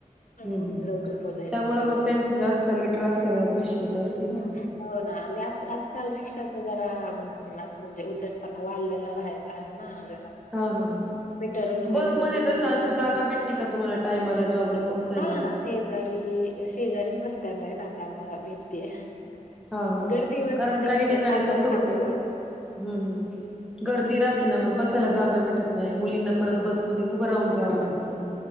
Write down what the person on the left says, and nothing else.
हं,
लवकर पोहोचायच्या
ह्याच्यामध्ये
हम्म
हो ना आणि आजकाल रिक्शा असं जरा म्हणजे उद्धटपणा वाढलेला राहत आहे ना जरा
मीटर
मीटरवरच
किंवा
हा शेजारी शेजारीच बस स्टँड आहे ना, त्यामुळ भेटते.
गर्दी बसमध्ये
कसं
थांबत
थांबत
हा